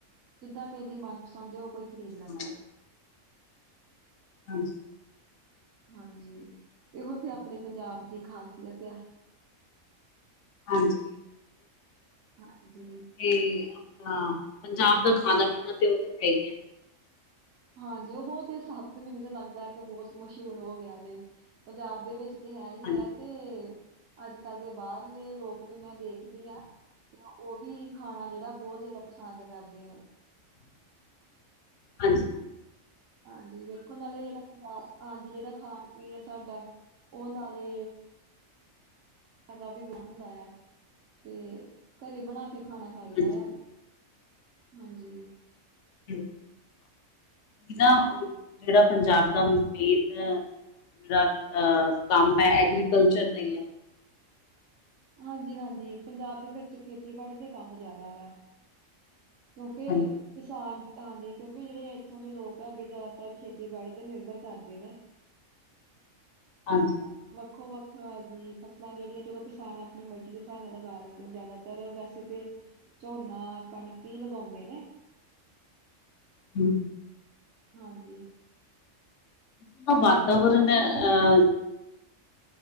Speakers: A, on the right; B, on the left.
A: ਜਿੱਦਾਂ ਕਿਸੇ ਦੀ ਮਨਪਸੰਦ ਏ ਓ ਕੋਈ ਖਰੀਦ ਲੈਂਦਾ
B: ਹਾਂ
A: ਜੇ।
B: ਹਾਂਜੀ।
A: ਹਾਂਜੀ, ਏਹੋ ਤੇ ਆਪਣੇ ਪੰਜਾਬ ਦੀ ਖ਼ਾਸੀਅਤ ਆ।
B: ਹਾਂਜੀ।
A: ਹਾਂਜੀ।
B: ਤੇ ਆਪਣਾ ਪੰਜਾਬ ਦਾ ਖਾਣਾ-ਪੀਣਾ ਤੇ ਓ ਤੇ ਹੈ ਈ ਐ।
A: ਹਾਂਜੀ, ਉਹੋ ਤੇ ਸਭ ਤੇ ਮੈਨੂੰ ਤਾਂ ਲੱਗਦਾ ਕਿ ਬਹੋਤ ਮਸ਼ਹੂਰ ਹੋ ਗਿਆ ਜੇ ਪੰਜਾਬ ਦੇ ਵਿੱਚ ਤੇ ਹੈ ਈ
B: ਹਾਂਜੀ
A: ਐ ਤੇ ਅੱਜਕੱਲ੍ਹ ਦੇ ਬਾਰਲੇ ਲੋਕ ਵੀ ਮੈਂ ਦੇਖਦੀ ਆ ਓ ਵੀ ਖਾਣਾ ਜੇੜਾ ਬੋ ਜ਼ਿਆਦਾ ਪਸੰਦ ਕਰਦੇ ਨੇ।
B: ਹਾਂਜੀ-ਹਾਂਜੀ।
A: ਹਾਂਜੀ, ਵੇਖੋ ਨਾਲੇ ਜੇੜਾ ਹਾਂਜੀ ਜੇੜਾ ਖਾਣ-ਪੀਣ ਆ ਸਾਡਾ ਓ ਨਾਲੇ ਹੈਗਾ ਵੀ ਬਹੁ ਹੁੰਦਾ ਆ, ਤੇ ਘਰੇ ਬਣਾ ਕੇ ਖਾਣਾ ਖਾਈਦਾ
B: ਹਾਂਜੀ ਹਾਂਜੀ
A: ਐ ਹਾਂਜੀ।
B: ਓ ਨਾ ਜੇੜਾ ਪੰਜਾਬ ਦਾ ਵੇਦ ਜੇੜਾ ਕੰਮ ਐ, ਐਗਰੀਕਲਚਰ ਦਾ ਈ ਆ।
A: ਹਾਂਜੀ-ਹਾਂਜੀ ਪੰਜਾਬ ਦੇ ਵਿੱਚ ਖੇਤੀਬਾੜੀ ਦੇ ਕੰਮ ਜ਼ਿਆਦਾ ਆ! ਕਿਉਂਕਿ
B: ਹਾਂਜੀ
A: ਕਿਸਾਨ ਹਾਂਜੀ ਕਿਉਂਕਿ ਜੇੜੇ ਐਥੋਂ ਦੇ ਲੋਕ ਹੈਗੇ ਜ਼ਿਆਦਾਤਰ ਖੇਤੀਬਾੜੀ ਤੇ ਨਿਰਵਰ ਕਰਦੇ ਨੇ।
B: ਹਾਂਜੀ-ਹਾਂਜੀ।
A: ਵੱਖੋ-ਵੱਖ ਹਾਜੀ ਫਸਲਾਂ ਜੇੜੀਆਂ ਚਲੋ ਕਿਸਾਨ ਆਪਣੀ ਮਰਜ਼ੀ ਦੇ ਹਿਸਾਬ ਨਿ ਲਗਾ ਲੈਂਦੇ ਨੇ ਜ਼ਿਆਦਾ। ਤਰ ਵੈਸੇ ਤੇ ਝੋਨਾ, ਕਣਕ ਈ ਲਗਾਉਂਦੇ ਨੇ।
B: ਹੂੰ।
A: ਹਾਂਜੀ।
B: ਉੱਥੋਂ
A: ਬਾਕੀ
B: ਵਾਤਾਵਰਨ
A: ਹੋਰ ਫਸਲਾਂ
B: ਅਹ
A: ਵੀ